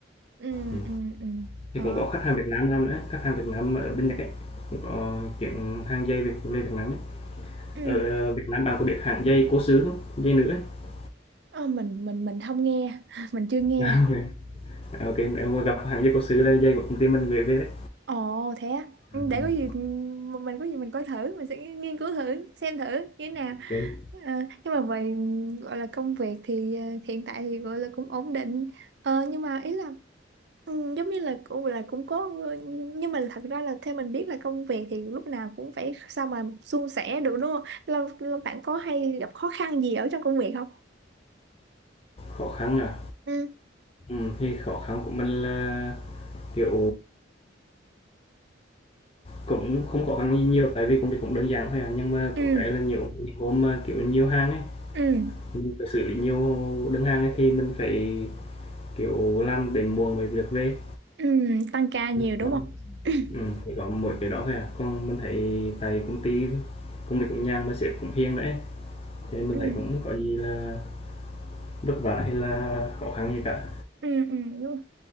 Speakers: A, on the right (about 60°); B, on the left (about 30°).
A: ừ
B: Ừm,
A: ừ ừ ờ
B: thì cũng có khách hàng Việt Nam làm nữa, khách hàng Việt Nam ở bên Nhật ấy, cũng có chuyện hàng dây Việt về Việt Nam ấy.
A: ừ
B: Ở ờ, Việt Nam bạn có biết hãng dây cố xứ không? Giày nữ ấy. <laughs>
A: ờ mình mình mình không nghe <laughs> mình chưa nghe
B: À, vậy à, nếu mà gặp hàng dây cố xứ đây dây của công ty mình gửi về đấy.
A: ồ thế á Ừ,
B: Ừm,
A: để có gì m- mình có gì mình coi thử mình sẽ nghi- nghiên cứu thử xem thử như thế nào
B: ô kê.
A: Ờ, nhưng mà về ừ, gọi là công việc thì ờ, hiện tại thì gọi là cũng ổn định ờ nhưng mà ý là Ừ, giống như là cũng là cũng có nhưng mà thật ra là theo mình biết là công việc thì lúc nào cũng phải sao mà suôn sẻ được đúng không? Là, là bạn có hay gặp khó khăn gì ở trong công việc không?
B: khó khăn à?
A: Ừ.
B: Ừm, thì khó khăn của mình là, kiểu, cũng không có khăn gì nhiều tại vì công việc cũng đơn giản thôi à, nhưng mà
A: Ừ.
B: có cái là nhiều những hôm mà, kiểu, nhiều hàng ấy,
A: Ừ.
B: Mình phải xử lý nhiều đơn hàng ấy thì mình phải, kiểu, làm đến muộn mới được về.
A: Ừ. Tăng ca nhiều
B: Ừm,
A: đúng
B: đó,
A: không? <clears throat>
B: ừm, chỉ có mỗi cái đó thôi à, còn mình thấy tại công ty công việc cũng nhàn mà sếp cũng hiền đấy cho nên mình
A: Ừ.
B: thấy cũng
A: <coughs>
B: có gì là vất vả hay là khó khăn gì cả.
A: Ừ. Ừ. Đúng. rồi.